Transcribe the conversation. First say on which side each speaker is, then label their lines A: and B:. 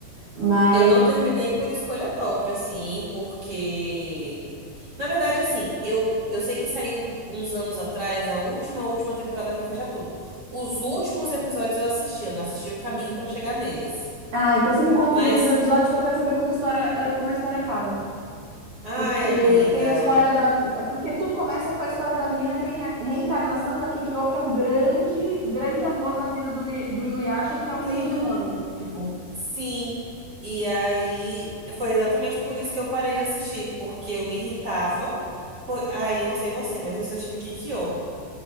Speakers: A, on the right; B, on the right.
A: Mas,
B: Eu não terminei por escolha própria, assim, porque. Na verdade, assim, eu, eu sei que saiu uns anos atrás a última, última temporada pra fechar tudo. Os últimos episódios eu assisti, eu não assisti o caminho pra chegar neles.
A: ah, então você me conta
B: Mas.
A: os últimos episódios que eu quero saber como a história, eh, como a história acaba.
B: Ai,
A: Porque
B: amiga.
A: tem a história da. Porque tudo começa com a história da menina que é a reencarnação da Kikyo, que é o grande, grande amor da vida do, Ni- do Inuyasha, que é um
B: Sim.
A: meio demônio. Tipo.
B: Sim. E aí foi exatamente por isso que eu parei de assistir, porque eu me irritava. Por... Aí eu não sei você, mas eu sou time Kikyo.